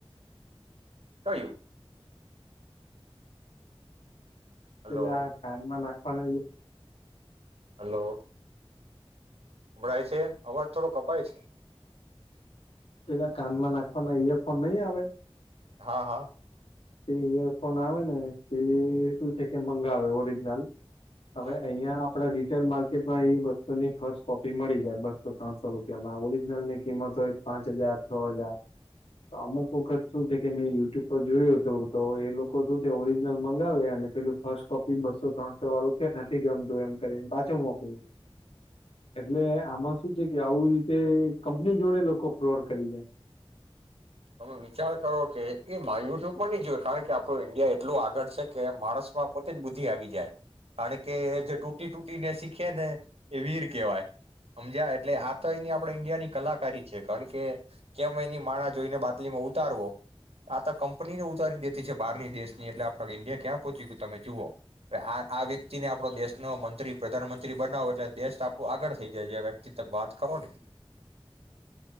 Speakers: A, on the right; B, on the left.
A: કયું?
B: પેલા
A: હલો
B: આ કાનમાં ના પણ <inaudible>
A: હલો અભળાય છે અવાજ થોડો કપાય છે.
B: પેલા કાનમાં નાખવાના ઈયરફોન નહી આવે.
A: હા હા
B: તે ઈયરફોન આવે ને તે શું છે કે મંગાવે ઓરિજિનલ હવે
A: હમ
B: અઈયા આપણે રીટેલ માર્કેટમાં એ વસ્તુની ફર્સ્ટ કોપી મળી જાય બસો ત્રણસો રૂપિયામાં ઓરિજિનલ ની કિંમત હોય પાંચ હજાર છ હજાર ત અમુક વખત શું છે કે મેં યુટ્યુબ પર જોયું તો એ લોકો શું છે ઓરિજનલ મંગાવે અને પેલું ફર્સ્ટ કોપી બસો ત્રણસો વાળું છે નથી ગમતું એમ કરીને પાછો મોકલ એટલે આમાં શું છે કે આવું રીતે કંપની જોડે લોકો ફ્રોડ કરી જાય.
A: તમે વિચાર કરો કે એ માયુટ્યુબ પણ ન જોય કારણ કે આપણું ઈન્ડિયા એટલું આગળ છે કે માણસમાં પોતે જ બુદ્ધિ આવી જાય કારણ કે જે તૂટી તૂટીને શીખે ને એ વીર કહેવાય હમજાય એટલે આ તયની આપણે ઈન્ડિયા ની કલાકારી છે કણ કે- કેમ એની માણા જોઈને બાટલીમાં ઉતારવો આ તો કંપનીને ઉતારી દેતી છે બહારની દેશની એટલે આપ ઈન્ડિયા ક્યાં પહોંચી ગું તમે જુઓ આ આ વ્યક્તિને આપણો દેશનો મંત્રી પ્રધાનમંત્રી બનાવો એટલે દેશ આપણું આગળ થઈ જાય જે વ્યક્તિ તમે બાત કરો ને.